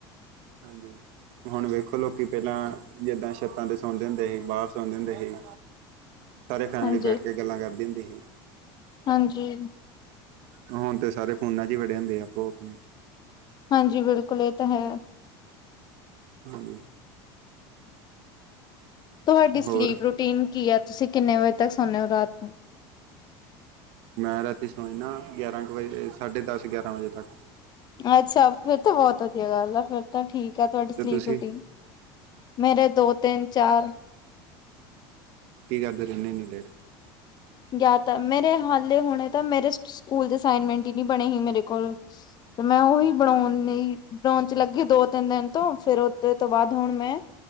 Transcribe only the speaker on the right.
ਹਾਂਜੀ ਹੁਣ ਵੇਖੋ ਲੋਕੀ ਪਹਿਲਾਂ ਜਿੱਦਾਂ ਛੱਤਾਂ ਤੇ ਸੌਂਦੇ ਹੁੰਦੇ ਸੀ ਬਾਹਰ ਸੌਂ ਜਾਂਦੇ ਸੀ।
ਸਾਰੀ ਫੈਮਲੀ
ਬੈਠ ਕੇ ਗੱਲਾਂ ਕਰਦੀ ਹੁੰਦੀ ਸੀ।
ਹੁਣ ਤੇ ਸਾਰੇ ਫੋਨਾਂ ਚ ਹੀ ਵੜੇ ਹੁੰਦੇ ਆਪੋ ਆਪਣੇ
ਹਾਂਜੀ
ਹੋਰ
ਮੈਂ ਰਾਤੀ ਸੋ ਜਾਨਾ ਗਿਆਰਾਂ ਕੁ ਵਜੇ ਸਾਢੇ ਦਸ ਗਿਆਰਾਂ ਵਜੇ ਤੱਕ
ਤੇ ਤੁਸੀਂ
ਕੀ ਕਰਦੇ ਰਹਿੰਦੇ ਇੰਨੀ ਲੇਟ